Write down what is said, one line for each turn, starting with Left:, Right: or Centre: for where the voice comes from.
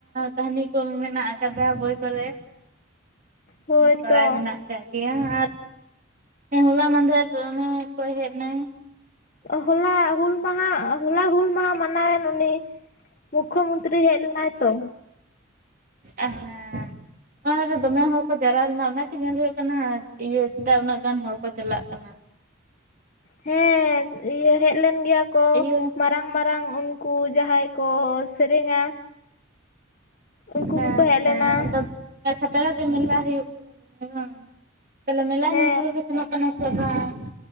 Right: ᱠᱟᱹᱦᱱᱤ ᱠᱚ ᱢᱮᱱᱟᱜ ᱠᱟᱫᱟ ᱵᱳᱭ ᱠᱚᱨᱮ
Left: ᱦᱳᱭᱛᱚ
Right: ᱵᱟᱲᱟᱭ ᱢᱮᱱᱟᱜ ᱟᱠᱟᱫ ᱜᱮᱭᱟ ᱟᱨ ᱦᱚᱞᱟ ᱢᱫᱷᱮᱨ ᱚᱱᱮᱠᱚᱭ ᱦᱮᱡ ᱞᱮᱱ
Left: ᱦᱚᱳᱞᱟ ᱦᱩᱞ ᱢᱟᱦᱟ ᱦᱚᱞᱟ ᱦᱩᱞ ᱢᱟᱦᱟ ᱢᱟᱱᱟᱣᱮᱱ ᱩᱱᱤ ᱢᱩᱠᱠᱷᱚ ᱢᱚᱱᱛᱨᱤᱤᱭ ᱦᱮᱡ ᱞᱮᱱᱟᱭ ᱛᱚ
Right: ᱟ <inaudible> ᱚᱱᱟ ᱫᱚᱢᱮ ᱦᱚᱲ ᱠᱚ ᱡᱟᱞᱟᱣ ᱞᱮᱱᱟ ᱚᱱᱟᱜᱮ ᱧᱮᱞ ᱦᱩᱭᱩᱜ ᱠᱟᱱᱟ ᱤᱭᱟᱹ ᱪᱮᱫᱟᱜ ᱩᱱᱟᱹᱜ ᱜᱟᱱ ᱦᱚᱲ ᱠᱚ ᱪᱟᱞᱟᱜ ᱠᱟᱱᱟ <inaudible>
Left: ᱦᱮᱸ ᱤᱭᱟᱹ ᱦᱮᱡ ᱞᱮᱱ ᱜᱮᱭᱟ ᱠᱚ
Right: ᱤᱭᱟᱹ
Left: ᱢᱟᱨᱟᱝ ᱢᱟᱨᱟᱝ ᱩᱱᱠᱩ ᱡᱟᱦᱟᱸᱭ ᱠᱚ ᱥᱮᱨᱮᱧᱟ ᱩᱱᱠᱩ
Right: ᱦᱮᱸ
Left: ᱠᱚᱠᱚ ᱦᱮᱡ
Right: ᱦᱮᱸ
Left: ᱞᱮᱱᱟ
Right: ᱟᱫᱚ ᱠᱷᱟᱛᱲᱟ ᱨᱮ ᱢᱮᱞᱟ ᱦᱩᱭᱩᱜ ᱠᱟᱱᱟ ᱫᱚᱢᱮ ᱛᱟᱦᱚᱞᱮ ᱢᱮᱞᱟ
Left: ᱦᱮᱸ
Right: ᱧᱮᱞ ᱠᱚᱫᱚ ᱯᱮ ᱥᱮᱱᱚᱜ ᱠᱟᱱᱟ ᱥᱮ ᱵᱟᱝ